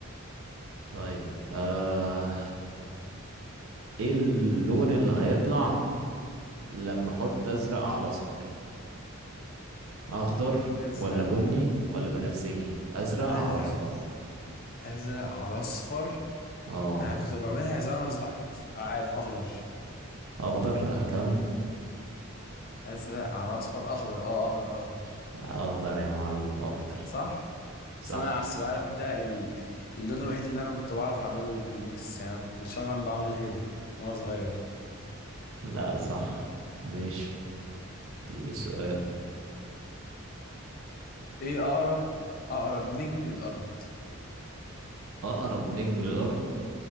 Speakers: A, on the right; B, on the left.
A: طيب آه ايه اللون اللي هيطلع لما احط ازرق على اصفر اخضر
B: ازرق
A: ولا بني ولا بنفسجي ازرق
B: ازرق
A: على اصفر
B: ازرق على اصفر
A: اه
B: انا كنت بعملها زمان وانا صغير عارف اخضر
A: اخضر اخر كلام
B: ازرق على اصفر اخضر اه اخضر اخضر
A: اخضر يا معلم اخضر
B: صح
A: صح
B: بس انا عس- عارف ده ال... اللون الوحيد اللي انا كنت بعرف اعمله بالميكس يعني انا مش عارف اعمل بعمل غيره وانا صغير
A: لا صح مش دي سؤال
B: ايه اقرب اقرب نجم للارض
A: اقرب نجم للارض